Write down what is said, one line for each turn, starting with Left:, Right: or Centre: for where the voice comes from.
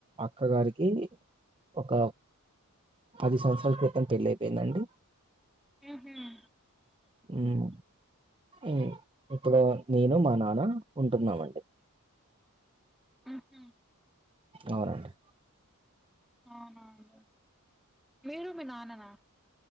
Right: అక్క గారికి ఒక పది సంవత్సరాల క్రితం పెళ్ళి అయి పోయిందండి
Centre: హు హామ్
Right: ఉం ఉ ఇప్పుడూ నేను మా నాన్న ఉంటున్నామండి.
Centre: హు హామ్
Right: అవునండి
Centre: అవునా అండి మీరు మీ నాన్ననా?